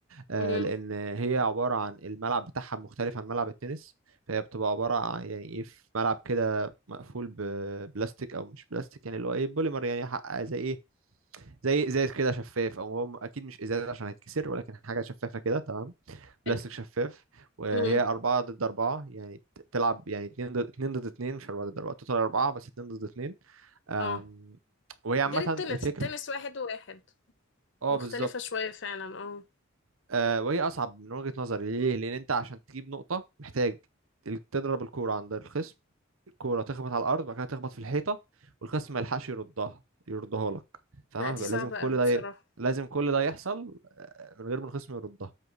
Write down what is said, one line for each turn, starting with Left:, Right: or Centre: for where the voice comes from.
Right: آه،
Left: امم
Right: لان هي عباره عن الملعب بتاعها مختلف عن ملعب التنس فهي بتبقى عباره عن يعني ايه في ملعب كده مقفول ببلاستيك او مش بلاستيك يعني اللي هو ايه بوليمر يعني ح- زي ايه زي ازاز كده شفاف او هو اكيد مش ازاز عشان هيتكسر ولكن حاجه شفافه كده تمام بلاستيك
Left: حلو
Right: شفاف وهي
Left: امم
Right: أربعة ضد أربعة يعني ت- تلعب يعني اتنين ضد اتنين ضد اتنين مش أربعة ضد أربعة توتال أربعة بس اتنين ضد اتنين أم،
Left: اه
Right: وهي عامة
Left: غير التنس
Right: الفكر
Left: التنس واحد وواحد
Right: اه
Left: مختلفة
Right: بالظبط
Left: شوية فعلا اه
Right: آه، وهي أصعب من وجهة نظري ليه؟ لأن أنت عشان تجيب نقطة محتاج تل- تضرب الكورة عند الخصم الكوره تخبط على الارض بعد كده تخبط في الحيطه والخصم ما يلحقش يردها يردها لك فاهمها
Left: لا دي
Right: فبقى
Left: صعبة
Right: لازم كل
Left: أوي
Right: ده
Left: بصراحة
Right: ي... لازم كل ده يحصل آه، من غير ما الخصم يردها